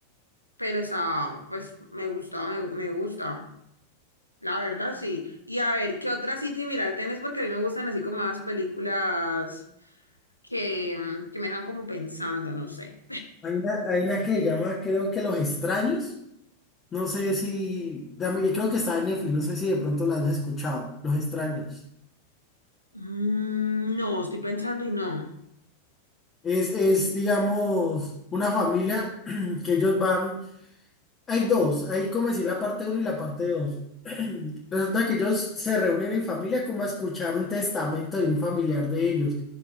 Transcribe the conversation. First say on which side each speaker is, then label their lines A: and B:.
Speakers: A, on the left; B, on the left.
A: Pero esa, pues me gusta, me, me gusta. La verdad, sí. Y a ver, ¿qué otra así similar tenés? Porque a mí me gustan así como más películas que, que me dejan como pensando, no sé.
B: Hay una, hay una que se llama, creo que Los Extraños. No sé si, dame- creo que está en Netflix, no sé si de pronto la has escuchado, Los Extraños.
A: Mm, no, estoy pensando y no.
B: Es, es, digamos, una familia <clears throat> que ellos van, hay dos, hay como decir la parte uno y la parte dos. <clears throat> Resulta que ellos se reúnen en familia como a escuchar un testamento de un familiar de ellos.